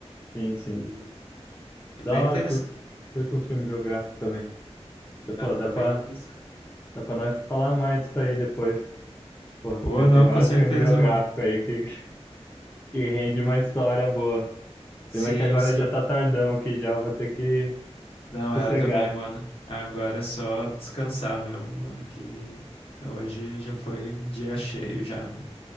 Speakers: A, on the left (about 20°); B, on the left (about 55°).
A: sim, sim.
B: E é
A: Da
B: bem interessante.
A: hora, curto. Curto uns filmes biográficos também. Dá- Pô, dá
B: É, é bem
A: pra.
B: interessante.
A: Dá pra nós falar mais disso aí depois. Pô,
B: Pô,
A: tem,
B: não,
A: tem vários
B: com certeza,
A: filmes biográficos
B: mano.
A: aí que, que rende uma história boa.
B: Sim,
A: Pena que agora
B: sim.
A: já tá tardão aqui, já vou ter que
B: Não,
A: sossegar.
B: é, eu também, mano. Agora é só descansar mesmo, mano, que hoje já foi dia cheio já, mano.